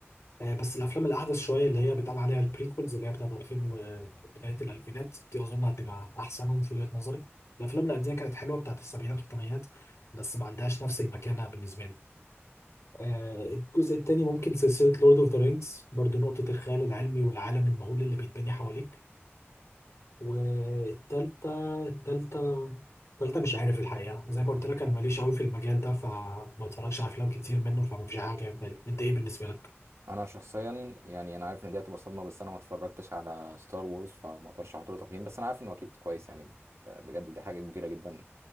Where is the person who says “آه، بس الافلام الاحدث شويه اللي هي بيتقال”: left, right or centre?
Left